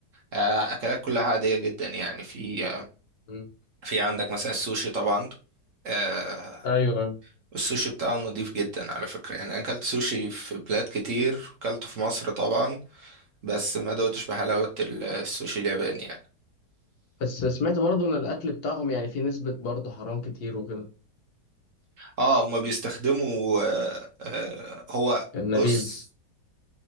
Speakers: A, on the right; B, on the left.
A: آه، أكلات كلها عادية جدا يعني في
B: مم.
A: في عندك مثلا السوشي طبعا آه،
B: ايوه ايوه
A: السوشي بتاعه نضيف جدا على فكرة يعني أنا أكلت سوشي في بلاد كتير أكلته في مصر طبعا بس ما دوتش بحلاوة ال- السوشي الياباني يعني
B: بس سمعت برضو ان الاكل بتاعهم يعني فيه نسبه برضو حرام كتير وكده
A: اه هما بيستخدموا آه آه هو
B: النبيذ
A: بص